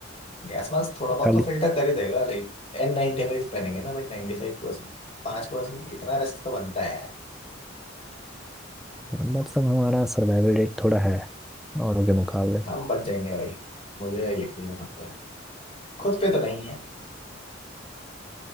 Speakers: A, on the left (about 35°); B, in the centre.
A: गैस मास्क थोड़ा बहुत
B: खाली
A: तो फिल्टर कर ही देगा लाइक एन नाइन्टी फाइव पहनेंगे ना भाई नाइन्टी फाइव परसेंट पाँच परसेंट कितना रिस्क तो बनता है यार
B: मतलब हमारा सर्वाइवल रेट थोड़ा है औरों के मुकाबले
A: हम बच जाएंगे भाई मुझे यकीन पड़ता है खुद पे तो नहीं है